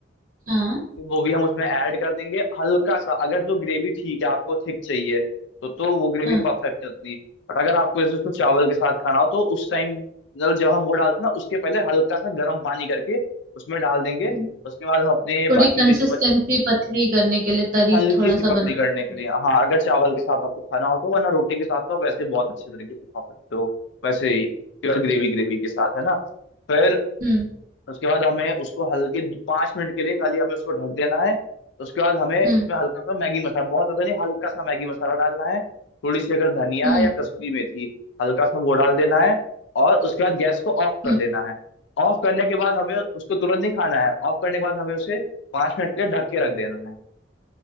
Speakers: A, on the right (about 45°); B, on the left (about 70°).
A: हाँ
B: तो वो भी हम उसमें ऐड कर देंगे हल्का सा अगर तो ग्रेवी ठीक है आपको थिक चाहिए तो तो वो ग्रेवी
A: हाँ
B: परफेक्ट है उतनी और अगर आपको जैसे उसको चावल के साथ खाना हो तो उस टाइम मतलब जब हम वो डालते हैं ना उसके पहले हल्का सा गर्म पानी करके उसमें डाल देंगे
A: हम्म,
B: उसके बाद हम अपने
A: तो थोड़ी
B: बाकी
A: कंसिस्टेंसी
B: के जो बचे
A: पतली करने के लिए तरी
B: हल्की
A: थोड़ा
B: सी
A: सा
B: पतली
A: बनाने
B: करने के
A: के लिए।
B: लिए हाँ अगर चावल के साथ आपको खाना हो तो वरना रोटी के साथ तो आप वैसे बहुत अच्छे तरीके से खा सकते हो वैसे ही प्योर ग्रेवी ग्रेवी के साथ है ना फिर
A: हम्म
B: उसके बाद हमें उसको हल्के पाँच मिनट के लिए खाली हमें उसको ढक देना है उसके बाद हमें
A: हम्म
B: उसमें हल्का सा मैगी मसाला बहुत ज्यादा नहीं हल्का सा मैगी मसाला डालना है थोड़ी सी अगर धनिया
A: हम्म
B: है या कसूरी मेथी हल्का सा वो डाल देना है और उसके बाद गैस को ऑफ कर
A: हम्म
B: देना है ऑफ करने के बाद हमें उसको तुरंत नहीं खाना है ऑफ करने के बाद हमें उसे पाँच मिनट के लिए ढक के रख देना है